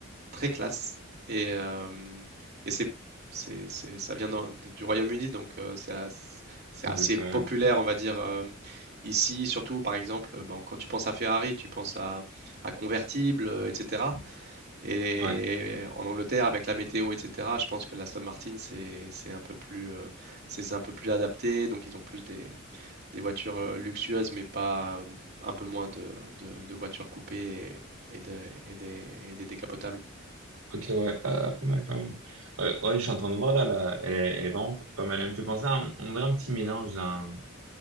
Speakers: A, on the right; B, on the right.
A: très classe. Et, euh, et c'est, c'est, c'est- ça vient dans- du Royaume-Uni, donc euh, c'est as- c'est
B: exactement.
A: assez populaire, on va dire, euh, ici, surtout par exemple, bon, quand tu penses à Ferrari, tu penses à, à convertible, euh, etc. Et
B: Ouais.
A: en Angleterre, avec la météo, etc., je pense que l'Aston Martin, c'est c'est un peu plus, euh, c'est c'est un peu plus adapté. Donc, ils ont plus des, des voitures euh, luxueuses, mais pas un peu moins de, de- de voitures coupées et, et de- et des, et des décapotables.
B: Ok, ouais. Ah, ah, pas mal, pas mal. Ouais, ouais, je suis en train de voir là, là. Elle, est- elle est vraiment pas mal. Elle me fait penser à un, on dirait un petit mélange d'un,